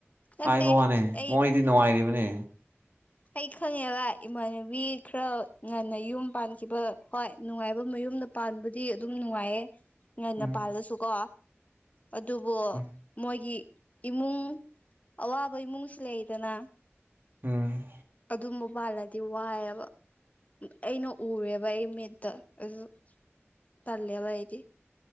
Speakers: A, on the left; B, on the right.
A: ꯅꯠꯇꯦ
B: ꯍꯥꯏꯕ ꯋꯥꯅꯦ
A: ꯑꯩ
B: ꯃꯣꯏꯗꯤ ꯅꯨꯡꯉꯥꯏꯔꯤꯕꯅꯦ
A: ꯑꯩ ꯈꯪꯉꯦꯕ ꯏꯃꯥꯟꯅꯕꯤ ꯈꯔ ꯉꯟꯅ ꯌꯨꯝ ꯄꯥꯟꯈꯤꯕ ꯍꯣꯏ ꯅꯨꯡꯉꯥꯏꯕ ꯃꯌꯨꯝꯗ ꯄꯥꯟꯕꯗꯤ ꯑꯗꯨꯝ ꯅꯨꯡꯉꯥꯏꯌꯦ ꯉꯟꯅ
B: ꯎꯝ
A: ꯄꯥꯜꯂꯁꯨꯀꯣ ꯑꯗꯨꯕꯨ
B: ꯎꯝ
A: ꯃꯣꯏꯒꯤ ꯏꯃꯨꯡ ꯑꯋꯥꯕ ꯏꯃꯨꯡꯁꯨ ꯂꯩꯗꯅ
B: ꯎꯝ
A: ꯑꯗꯨꯝꯕ ꯄꯥꯜꯂꯗꯤ ꯋꯥꯏꯑꯦꯕ ꯑꯩꯅ ꯎꯔꯦꯕ ꯑꯩ ꯃꯤꯠꯇ ꯑꯗꯨ ꯇꯜꯂꯤꯕ ꯑꯩꯗꯤ